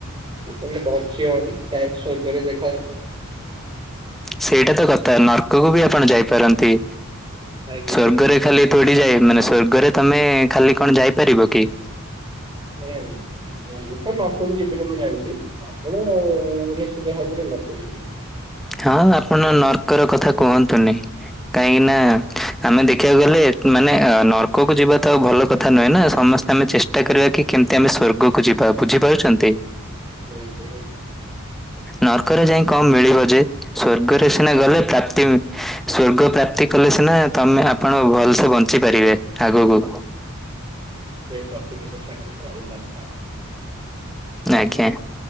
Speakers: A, on the right; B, in the centre.
A: <unintelligible>
B: ସେଇଟା ତ କଥା, ନର୍କକୁ ବି ଆପଣ ଯାଇପାରନ୍ତି।
A: ଆଜ୍ଞା
B: ସ୍ଵର୍ଗରେ
A: ଆଜ୍ଞା
B: ଖାଲି ଥୋଡି ଯାଏ, ମାନେ ସ୍ଵର୍ଗରେ ତମେ ଖାଲି କଣ ଯାଇପାରିବ କି?
A: ନାଇଁ। ମୁଁ ବି ତ ନର୍କକୁ ଯିବିନି ମୁଁ ଜାଣିଚି, ଆପଣ ନିଶ୍ଚିିତ ଭାବରେ ନର୍କକୁ ଯିବେ।
B: ହଁ, ଆପଣ ନର୍କର କଥା କୁହନ୍ତୁନି? କାହିଁକି ନା, ଆମେ ଦେଖିବାକୁ ଗଲେ, ମାନେ ନର୍କକୁ ଯିବା ତ ଭଲ କଥା ନୁହେଁ ନା, ସମସ୍ ଆମେ ଚେଷ୍ଟା କରିବା କି, କେମିତି ଆମେ ସ୍ଵର୍ଗକୁ ଯିବା, ବୁଝିପାରୁଚନ୍ତି?
A: ଆଜ୍ଞା।
B: ନର୍କରେ ଯାଇ କଣ ମିଳିବ ଯେ? ସ୍ଵର୍ଗରେ ସିନା ଗଲେ ପ୍ରାପ୍ତି ସ୍ଵର୍ଗ ପ୍ରାପ୍ତି କଲେ ସିନା ତମେ ଆପଣ ଭଲସେ ବଞ୍ଚି ପାରିବେ ଆଗକୁ।
A: ଏଇ ଟପିକ ଏବେ ଛାଡନ୍ତୁ ଅଲଗା କଥା ହେବା।
B: ଆଜ୍ଞା।